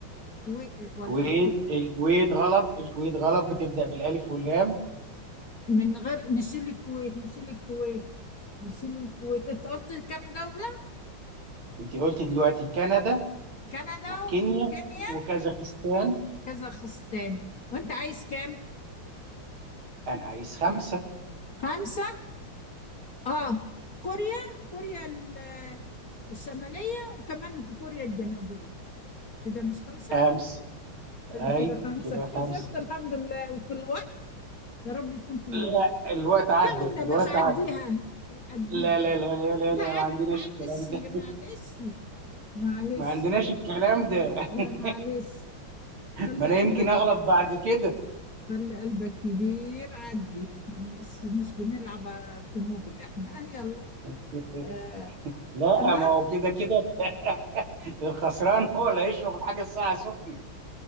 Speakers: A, on the left; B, on the right.
A: كويت ولا
B: كويت
A: الكويت
B: الكويت غلط الكويت غلط بتبدأ بالألف واللام
A: من غير نشيل الكويت نشيل الكويت نشيل الكويت انت قلت كام دولة
B: انت قلت دلوقتي كندا
A: كندا
B: وكينيا
A: وكينيا
B: وكازاخستان
A: كازاخستان وانت عايز كام؟
B: انا عايز خمسة
A: خمسة اه كوريا كوريا ال- الشمالية وكمان كوريا الجنوبية كده مش خمسة
B: خمسة ايوه
A: كده خمسة
B: كده
A: كسبت
B: خمسة
A: الحمد لله وفي الوقت يا رب يكون في الوقت
B: لا الوقت عدى
A: لا والنبي
B: الوقت
A: عديها
B: عدى
A: عدي
B: لا
A: الوقت
B: لا لا لا لا
A: لا
B: لا
A: عد
B: ما عندناش
A: معلش
B: الكلام ده
A: معلش معلش
B: ما عندناش الكلام ده
A: لا
B: <laughs>
A: معلش خلي
B: ما انا يمكن
A: قلبك
B: اغلط
A: كبير
B: بعد كده
A: خلي قلبك كبير عدي مش مش بنلعب في نوب اللي احنا اه يلا
B: <laughs>
A: آه
B: لا
A: انا
B: ما هو كده كده <laughs> الخسران هو اللي هيشرب الحاجة الساعة سخنة